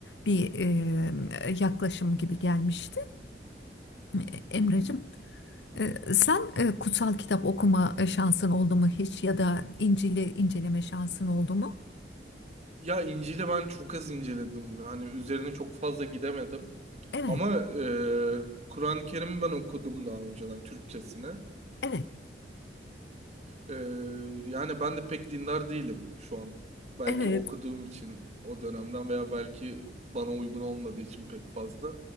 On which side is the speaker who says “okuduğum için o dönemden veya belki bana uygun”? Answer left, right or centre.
Right